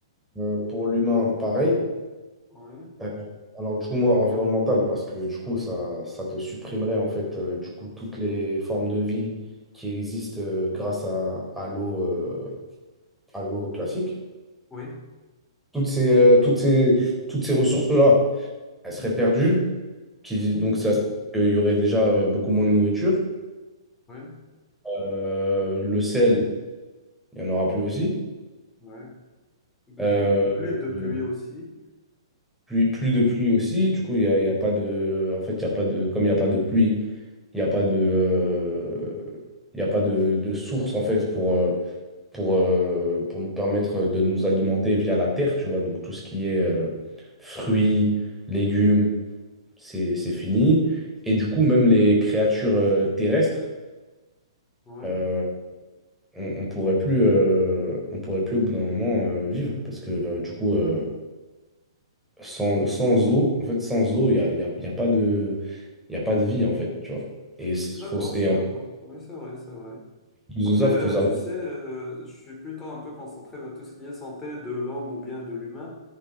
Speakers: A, in the centre; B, on the left.
A: euh, pour l'humain pareil.
B: ouais,
A: Euh, alors du coup, moi, environnemental, parce que du coup, ça, ça te supprimerait en fait euh, du coup toutes les formes de vie qui existent euh, grâce à, à l'eau euh, à l'eau classique.
B: oui,
A: Toutes ces, euh, toutes ces, toutes ces ressources-là, elles seraient perdues, qui,
B: mhm,
A: donc ça, il y aurait déjà euh, beaucoup moins de nourriture.
B: ouais,
A: Euh, le sel, il n'y en aura plus aussi.
B: ouais. Du
A: Euh,
B: coup, plus de pluie
A: euh,
B: aussi.
A: plus plus de pluie aussi, du coup, il n'y a, il y a pas de. En fait, il y a pas de. Comme il n'y a pas de pluie, il n'y a pas de. euh, Il n'y a pas de, de source, en fait, pour, euh, pour, euh, pour nous permettre de nous alimenter via la terre, tu vois. Donc, tout ce qui est euh, fruits, légumes, c'est, c'est fini. Et du coup, même les créatures euh, terrestres,
B: Oui,
A: euh, on, on pourrait plus, euh, on pourrait plus, au bout d'un moment, euh, vivre. Parce que, euh, du coup. euh, sans, sans eau, en fait, sans eau, il n'y a, il y a, il y a pas de, il y a pas de vie, en fait, tu vois. Et, s-
B: je suis d'accord,
A: faut,
B: je
A: et
B: suis
A: en
B: d'accord. Oui, c'est vrai, c'est vrai.
A: plus
B: Après,
A: de ça,
B: euh,
A: faut savoir.
B: tu sais, euh, je suis plutôt un peu concentré vers tout ce qui est santé de l'homme ou bien de l'humain.